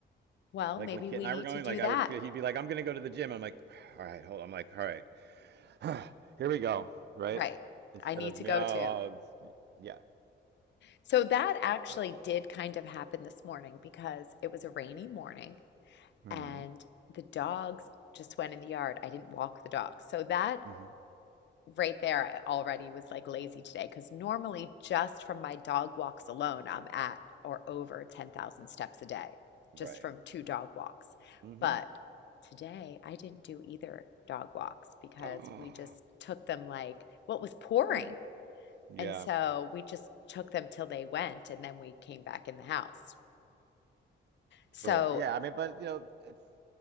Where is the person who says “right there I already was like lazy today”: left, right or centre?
Left